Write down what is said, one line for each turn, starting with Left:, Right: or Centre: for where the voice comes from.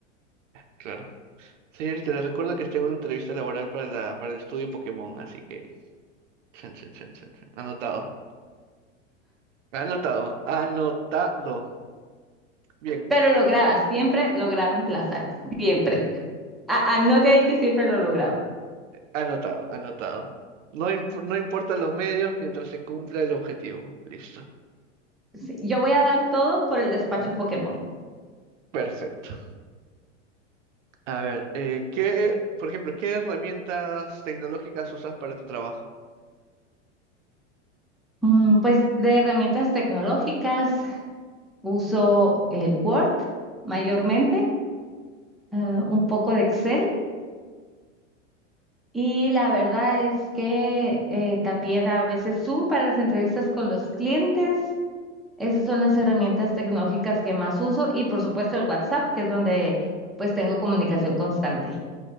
Right: claro. Señorita, les recuerdo que tengo una entrevista laboral para la, para el estudio Pokémon, así que... chan, chan, chan, chan, chan. Anotado. Anotado. Anotado. Bien,
Centre: Pero lograba, siempre lograba emplazar, siempre. A- Anote ahí que siempre lo lograba.
Right: anotado, anotado. No, imp- no importan los medios mientras se cumpla el objetivo. Listo.
Centre: Sí, Yo voy a dar todo por el despacho Pokémon.
Right: Perfecto. A ver, eh, ¿qué, por ejemplo, qué herramientas tecnológicas usas para tu trabajo?
Centre: Mm, Pues de herramientas tecnológicas uso el Word mayormente, eh, un poco de Excel Y la verdad es que eh, también a veces Zoom para las entrevistas con los clientes. Esas son las herramientas tecnológicas que más uso y por supuesto el WhatsApp, que es donde pues tengo comunicación constante.